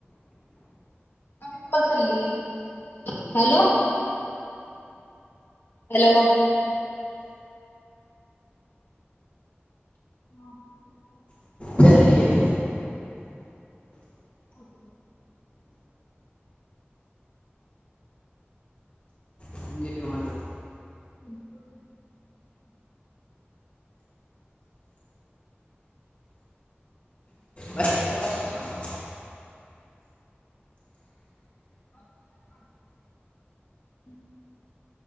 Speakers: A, on the left; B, on the left.
A: कभीर ी ह हलो <unintelligible> हेलो <unintelligible> ह <unintelligible>
B: चल लिया
A: अ <inaudible>
B: होंगे टमाटर
A: जर <unintelligible>
B: बस बोलो
A: ह
B: और खतरनाक
A: <unintelligible> ह <unintelligible>